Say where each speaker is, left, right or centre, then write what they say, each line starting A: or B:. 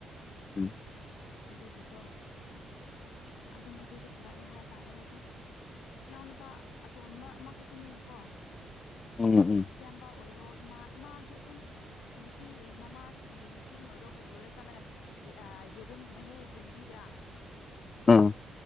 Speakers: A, on the left (about 35°); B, on the left (about 85°).
A: ꯎꯝ
B: ꯑꯗꯨꯒꯤꯀꯣ ꯑꯗꯨꯝ ꯑꯩꯈꯣꯏꯁꯨ ꯄꯨꯔꯛꯑꯦ ꯍꯥꯏꯇꯥꯔꯦ ꯍꯥꯏꯗꯤ ꯏꯅꯥꯎꯅꯨꯄꯥ ꯑꯇꯣꯟꯕ ꯑꯃꯈꯛꯇꯅꯤꯅꯀꯣ
A: ꯎꯝ ꯎꯝ
B: ꯏꯄꯥ ꯑꯣꯏꯔꯣ ꯏꯃꯥ ꯏꯃꯥꯁꯨ ꯑꯗꯨꯝ ꯅꯨꯄꯤ ꯃꯃꯥꯁꯤꯡꯒꯤ ꯃꯤꯇꯤꯡ ꯑꯣꯏꯔꯣ ꯀꯔꯤ ꯑꯣꯏꯔꯣ ꯆꯠꯂꯒ ꯌꯦꯔꯨꯝꯒꯨꯝꯕ ꯍꯦꯛ ꯌꯦꯟꯕꯤꯗ꯭ꯔꯥ
A: ꯎꯝ